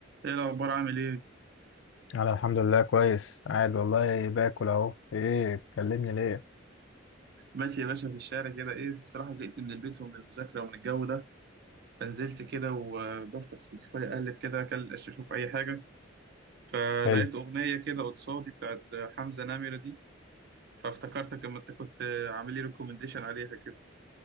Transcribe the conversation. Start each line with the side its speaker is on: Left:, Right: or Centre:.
Right: ايه الاخبار عامل ايه
Left: انا الحمد لله كويس قاعد والله باكل اهو ايه بتكلمني ليه
Right: ماشي يا باشا في الشارع كده ايه بصراحه زهقت من البيت ومن المذاكره ومن الجو ده فنزلت كده وبفتح سبوتيفاي اقلب كده أكل- اشوف اي حاجه فلقيت
Left: حلو
Right: اغنيه كده قصادي بتاعت حمزه نمره دي فافتكرتك اما انت كنت عامل لي ريكومنديشن عليها كده